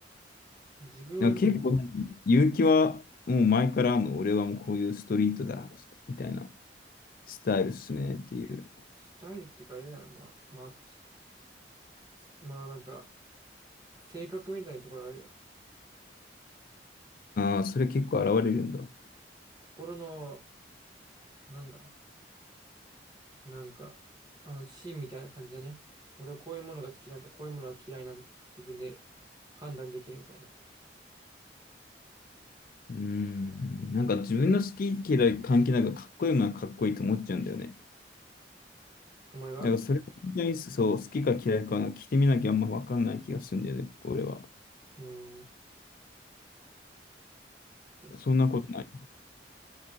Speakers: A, on the right; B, on the left.
A: 自分を
B: だから結構ね、勇気はもう前からもう俺はもうこういうストリートだみたいなスタイルっすねっていう。
A: スタイルっていうかあれだな。まあ、まあ、確かまあなんか、性格みたいなところあるよ。
B: ああ、それ結構現れるんだ。う
A: 心の、なんだ、なんか、あ、芯みたいな感じだね。俺はこういうものが好きなんだ、こういうものが嫌いなんだって自分で判断できるみたいな。
B: ーん。なんか自分の好き嫌い関係なくかっこいいものはかっこいいと思っちゃうんだよね。
A: お前は
B: だからそれ本当にそう、好きか嫌いか聞いてみなきゃあんまわかんない気がするんだよね、俺は。
A: うん。そうだ
B: そんなことない。